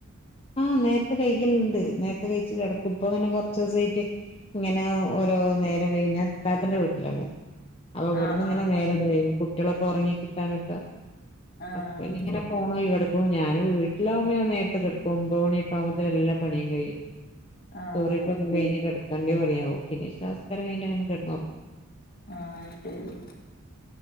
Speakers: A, on the left; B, on the left.
A: ആഹ് നേര്ത്തെ കൈകല്ണ്ട് നേര്ത്തെ കഴിച്ച് കെടക്കും ഇപ്പൊങ്ങനെ കൊറ്ച്ചൂസായിട്ട് ഇങ്ങനെ ഓരോ നേരം വെയ്കും ഞാ ഇത്താത്തന്റെ വീട്ടിലാള്ളെത് അപ്പൊ ഇവിടന്ന്
B: ആഹ്
A: ഇങ്ങനെ
B: ആഹ്
A: നേരം വൈകും കുട്ടികളൊക്കെ ഉറങ്ങി കിട്ടാനൊക്കെ
B: ആഹ്
A: അപ്പൊ ഇഞ്ഞിങ്ങനെ ഫോണാവിടെക്കും ഞാൻ വീട്ടിലാവുമ്പോ ഞാൻ നേരത്തെ കിടക്കും ഒമ്പത് മണിയൊക്കെ ആകുമ്പത്തേ എല്ലാ പണിയും കഴിയും
B: ആഹ്
A: ചോറയ്പ്പൊക്കെ കഴിഞ്ഞ് കിട കണ്ടേ പറയാമോ പിന്നെ ഇശാസ്കാരം കഴിഞ്ഞിട്ടങ്ങനെ കെടന്ന് ഒറങ്ങും
B: ആഹ് അയ്ശരി